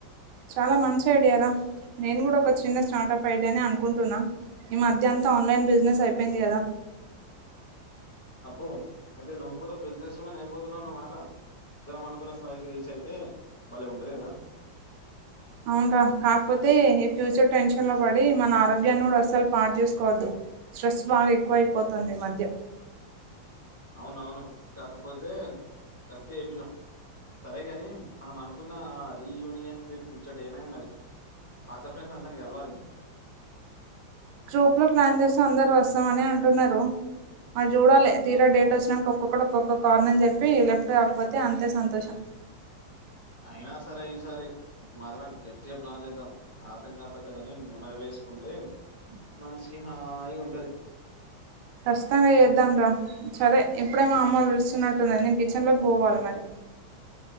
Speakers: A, on the right (about 70°); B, on the left (about 25°).
A: చాలా మంచి ఐడియార నేను కూడా ఒక చిన్న స్టార్టప్ ఐడియాని అనుకుంటున్నా ఈ మధ్య అంతా ఆన్లైన్ బిజినెస్ అయిపోయింది కదా
B: అబ్బో అయితే నువ్వు కూడా బిజినెస్ మన్ అయిపోతున్నావు అన్నమాట జనం అనుకున్న స్థాయికి రీచ్ అయితే బాలే ఉంటది కదా
A: అవున రా కాకపోతే ఈ ఫ్యూచర్ టెన్షన్ లో పడి మన ఆరోగ్యాన్ని కూడా అస్సలు పాట చేసు కోదు స్ట్రెస్ బాగా ఎక్కువ అయిపోతుంది ఈ మధ్య
B: అవునవును కాకపోతే కరెక్ట్ చెబినాం సరేగాని మనం అనుకున్న రీయూనియన్ ట్రిప్ ముచ్చడ ఏమైంది మరి పాత ఫ్రెండ్స్ అందారీనీ కలవాలి
A: ట్రూప్ లో ప్లాన్ చేస్త అందరూ వస్తామనే అంటున్నారు మరి చూడాలి తీరా డేట్ వచ్చినాక ఒక్కొక్క ఒక్కొక్క కార్న అని చెప్పి లెఫ్ట్ కాకపోతే అంతే సంతోషం
B: అయినా సరే ఈసారి మాత్రం గట్టిగా ప్లాన్ చేద్దాం పాత జ్ఞాపకాలు అని నిమర వేసి తీసుకుంటే మనషకి హాయగా ఉంటది
A: కఖచ్చితంగా చేద్దాం రా సరే ఇప్పుడే మా అమ్మ వెలుస్తున్నట్టున్న నేను కిచెన్ లోకి పోవాలి మరి